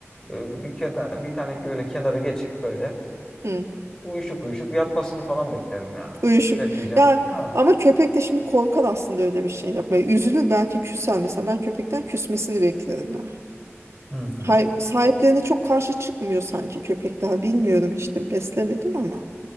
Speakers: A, on the left; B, on the right.
A: e, bir, kena- bir tane böyle kenara geçip böyle
B: hı,
A: uyuşuk uyuşuk yatmasını falan beklerim yani.
B: uyuşuk.
A: Bekleyeceğim.
B: Ya
A: Ha
B: ama köpek de şimdi korkar aslında öyle bir şey yapmaya. Üzülür belki küser mesela. Ben köpekten küsmesini beklerim ya.
A: Hmm.
B: Hay, sahiplerine çok karşı çıkmıyor sanki köpekler. Bilmiyorum hiç de beslemedim ama.